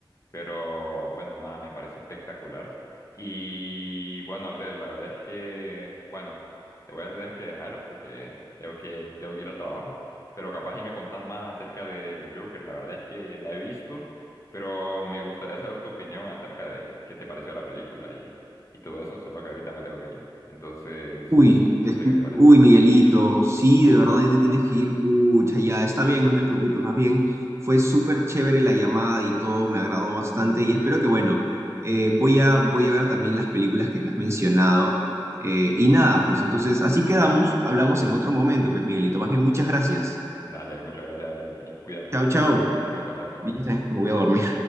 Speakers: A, on the left; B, on the right.
A: Pero bueno, nada, me parece espectacular. Y bueno, Abdel, la verdad es que, bueno, te voy a tener que dejar porque tengo que, tengo que ir al trabajo. Pero capaz y me contás más acerca de- del Joker. La verdad es que la he visto, pero me gustaría saber tu opinión acerca de qué te pareció la película y, y todo eso, solo que ahorita me tengo que ir. Entonces,
B: Uy, escu-
A: no sé qué te parece.
B: uy, Miguelito, sí, de verdad ya te tienes que ir, pucha, ya está bien, no te preocupes, más bien fue súper chévere la llamada y todo, me agradó bastante y espero que, bueno, eh, voy a, voy a ver también las películas que me has mencionado eh, y nada, pues entonces así quedamos, hablamos en otro momento, pues Miguelito, más bien muchas gracias.
A: Dale, muchas gracias, Abdel, y cuídate
B: Chao,
A: y
B: chao.
A: estamos en contacto.
B: Bien, me voy a dormir.